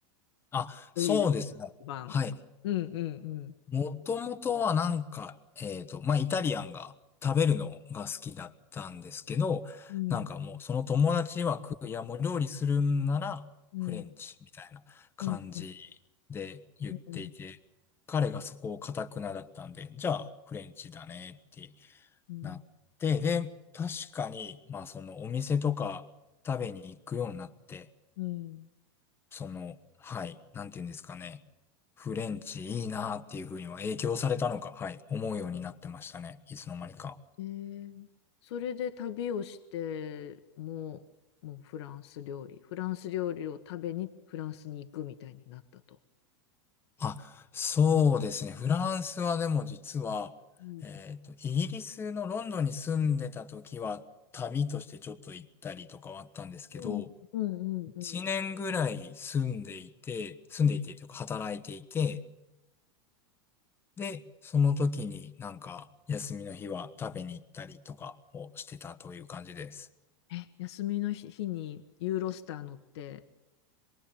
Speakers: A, on the left; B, on the left.
A: あ、
B: ていう
A: そうですね。
B: 番。
A: はい。
B: うんうん
A: もともとはなんか、えっと、まあ、イタリアンが食べるのが好きだったんですけど、
B: うん、
A: なんかもうその友達曰く、
B: うん、
A: いやもう料理するんならフレンチみたいな感じ
B: うん、うん、うん、
A: で言っていて、
B: うん、
A: 彼がそこを頑くなだったんで、じゃあフレンチだねって
B: うん。
A: なって、で、確かに、まあそのお店とか食べに行くようになって、
B: うん。
A: その、はい、なんて言うんですかね。フレンチいいなーっていうふうには影響されたのか、はい、思うようになってましたね。いつの間にか。
B: えそれで旅をして、もう、もうフランス料理、フランス料理を食べにフランスに行くみたいになったと。
A: あ、そうですね。フランスはでも実は、
B: うん
A: えっと、イギリスのロンドンに住んでた時は、旅としてちょっと行ったりとかはあったんですけど、
B: うんうんうん
A: 1年ぐらい住んでいて、住んでいてというか働いていて、
B: うん。
A: で、その時になんか休みの日は食べに行ったりとかをしてたという感じです。
B: え、休みの日日にユーロスター乗って、